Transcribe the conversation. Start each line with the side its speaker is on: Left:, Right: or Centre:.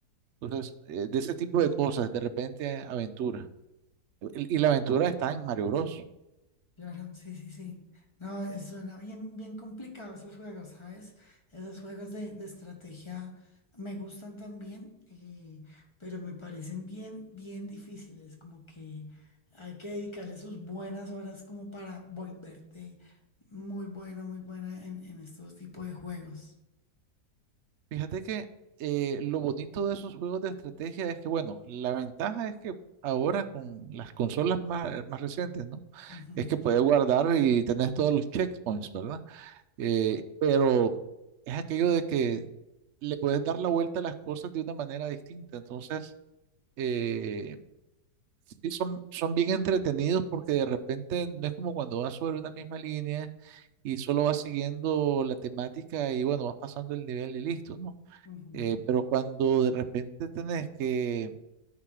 Right: Entonces, eh, de ese tipo de cosas, de repente aventura. Y y la aventura está en Mario Bros.
Left: Claro, sí, sí, sí. No, eh, suena bien, bien complicado esos juegos, ¿sabes? Esos juegos de, de estrategia me gustan también, eh, pero me parecen bien, bien difíciles, como que hay que dedicarle sus buenas horas como para volverte muy buena, muy buena en, en estos tipos de juegos.
Right: Fíjate que eh, lo bonito de esos juegos de estrategia es que, bueno, la ventaja es que ahora con las consolas más, eh, más recientes, ¿no?
Left: Ujú,
Right: Es que puedes guardar y tenés todos los checkpoints, ¿verdad? Eh, pero es aquello de que le puedes dar la vuelta a las cosas de una manera distinta. Entonces, eh, sí son, son bien entretenidos porque de repente no es como cuando vas sobre una misma línea y solo vas siguiendo la temática y bueno, vas pasando el nivel y listo, ¿no?
Left: ujú,
Right: Eh, pero cuando de repente tenés que